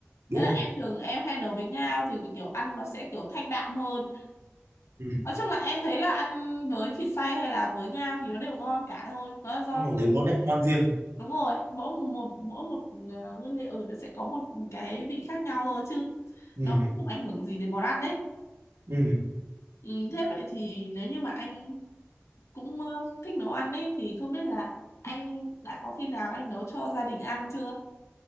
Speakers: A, on the right; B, on the left.
A: đúng
B: thế là
A: rồi
B: em thường em hay nấu với ngao thì kiểu ăn nó sẽ kiểu thanh đạm hơn
A: ừ
B: nói chung là em thấy là ăn với thịt xay hay là với ngao thì nó đều ngon cả thôi nó là do
A: đúng rồi đều có nét ngoan riêng
B: đúng rồi mỗi một mỗi một ờ, nguyên liệu nó sẽ có một cái vị khác nhau thôi chứ
A: ừ
B: nó cũng không ảnh hưởng gì đến món ăn đấy
A: ừ
B: Ừ, thế vậy thì nếu như mà anh cũng ờ, thích nấu ăn ấy thì không biết là anh đã có khi nào anh nấu cho gia đình ăn chưa?